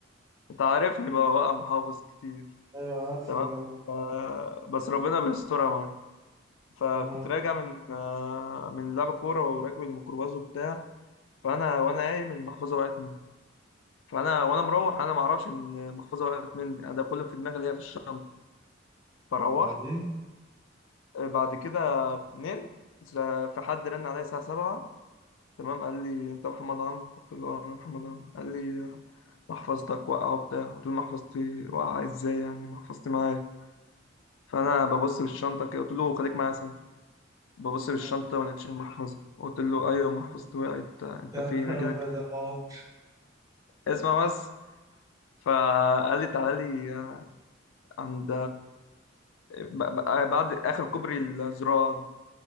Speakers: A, on the left (about 80°); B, on the right (about 20°).
A: انت عارفني بقى واقع محافظ كتير
B: ايوه عارفك
A: تمام
B: ده انا
A: آه بس ربنا بيسترها معايا فكنت
B: اه
A: راجع من آه من لعب كورة وراكب الميكروباص وبتاع فانا وانا قايم المحفظه وقعت مني فانا وانا مروح انا ما اعرفش ان المحفظه وقعت مني انا ده كله في دماغي اللي هي في الشنطه فروحت
B: بعدين
A: آه، بعد كده نمت ز- في حد رن عليا الساعه 7 تمام قال لي انت محمد عمرو قلت له أه، انا محمد عمرو قال لي محفظتك واقعه وبتاع قلت له محفظتي واقعه ازاي يعني محفظتي معايا فانا ببص في الشنطه كده قلت له خليك معايا سوا ببص في
B: مم.
A: الشنطه ما لقيتش المحفظه قلت له ايوه محفظتي وقعت انت
B: يا
A: فين
B: نهار
A: اجي
B: ابيض
A: لك
B: يا أبو عمرو
A: اسمع بس فقال لي تعالى لي عند ب- ب- آه، بعد اخر كوبري الزراعه ده